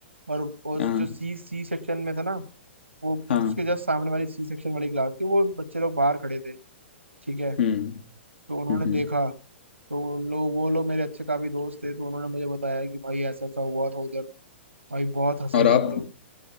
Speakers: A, on the right; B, on the left.
A: और उस
B: हाँ
A: जो सी सी सेक्शन में था ना वो
B: हाँ
A: उसके जस्ट सामने वाली सी सेक्शन वाली क्लास थी वो बच्चे लोग बाहर खड़े थे ठीक है
B: हम्म
A: तो उन्होंने
B: हम्म
A: देखा
B: हम्म।
A: तो उन लोग वो लोग मेरे अच्छे काफी दोस्त थे तो उन्होंने मुझे बताया कि भाई ऐसा ऐसा हुआ था उधर भाई बहुत हंसे
B: और
A: थे
B: आप
A: हम लोग